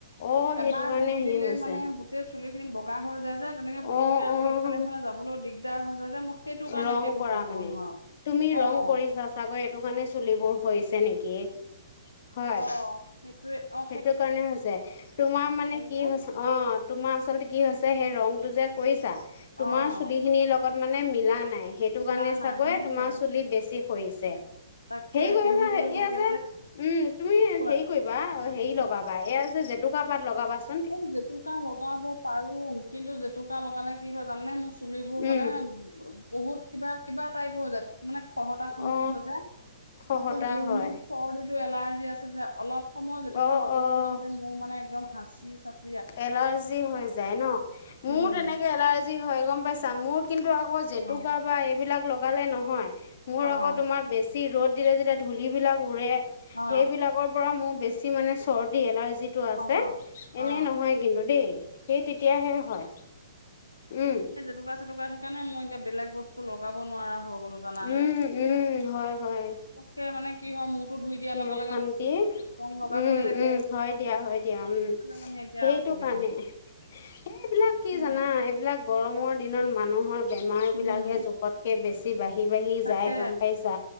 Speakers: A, on the left; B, on the left.
A: অঁ সেইটো
B: এবাৰ
A: কাৰণে
B: ধুই
A: হেৰি
B: দিলে
A: হৈছে
B: মানেই গোটেই চুলিখিনি বগ গা হৈ যায় যে, তেনেকে পতককে
A: অঁ
B: আকৌ
A: অঁ
B: ইফালে সিফালে যাবলৈ দিগদাৰ হৈ যায় যে, মই সেই কাৰণে
A: ৰং
B: সেইটো
A: কৰা
B: কৰিব
A: মানে
B: নোৱাৰো।
A: তুমি ৰং
B: অ',
A: কৰিছা চাগৈ এইটো কাৰণে চুলিবোৰ সৰিছে নেকি হয়?
B: অঁ, সেইটোয়ে অঁ
A: সেইটো কাৰণে হৈছে, তোমাৰ মানে কি
B: যে
A: হৈছে অ', তোমাৰ আচলতে কি হৈছে, সেই ৰংটো যে কৰিছা তোমাৰ
B: অ',
A: চুলিখিনি লগ গত মানে মিলা নাই, সেইটো
B: হিলা
A: কাৰণে চাগৈ
B: নাই সেয়াই
A: তোমাৰ চুলি বেছি সৰিছে।
B: তাকে
A: হেৰি কৰিবা
B: কেমিকেল
A: যে হে এইয়া
B: থাকে
A: যে উম তুমি
B: কোৱা
A: হেৰি কৰি বা অ হেৰি লগাবা এয়া যে জেতুকা পাত লগাবাছ
B: সেই জেতুকা লগাব পাৰো। কিন্তু জেতুকা লগালে কি হয় জানানে? মোৰ চুলিবোৰ
A: উম
B: মানে ব বহুত কিবা কিবা টাইপৰ হৈ যায় মানে খহতা খহতি
A: অ
B: হৈ যায়,
A: খহতা
B: আৰু সেই
A: হয়
B: মোৰ চৰ্দিটো এলাৰ্জি আছে যে, অলপ সময় জেতুকা
A: অ
B: লগোৱাৰ পিছতে
A: অ
B: মোৰ মানে একদম হাচি চাচ
A: এলাৰ্জি হৈ যায় ন, মোৰ
B: উম,
A: তেনেকে এলাৰ জি হয় গম পাইছা, মোৰ কিন্তু আকৌ জেতুকা
B: অ',
A: বা এইবিলাক লগালে নহয়। মোৰ
B: অ'।
A: আকৌ তোমাৰ বেছি ৰ'দ দিলে যেতিয়া ধূলিবিলাক উৰে
B: অ',
A: সেইবিলাকৰ পৰা মোৰ বেছি মানে চৰ্দি এলাৰ্জিটো আছে,
B: অ',
A: এনেই
B: অ,
A: নহয় কিন্তু দেই। সেই তেতিয়াহে হয়, উম।
B: তুকা চেতুকা সেইকাৰণে মই এতিয়া বেলেগ বস্তু লগাব নোৱাৰা হৈ গলো জানানে।
A: উম উম হয় হয়
B: <unintelligible> মানে কি হয়, মূৰটো ধুই দিয়াৰ
A: কি
B: লগে
A: অশান্তি
B: লগে <unintelligible>
A: উম
B: লাগে
A: উম হয় দিয়া হয় দিয়া উম,
B: সেইকাৰণে মানে এতিয়া
A: সেইটো
B: অসুবিধা।
A: কাৰণে। এইবিলাক কি
B: উম,
A: জানা? এইবিলাক গৰমৰ দিনত মানুহৰ বেমাৰবিলাকহে
B: উম,
A: জ কে বেছি বাঢ়ি বাঢ়ি
B: তাকে।
A: যায় গম পাইছা?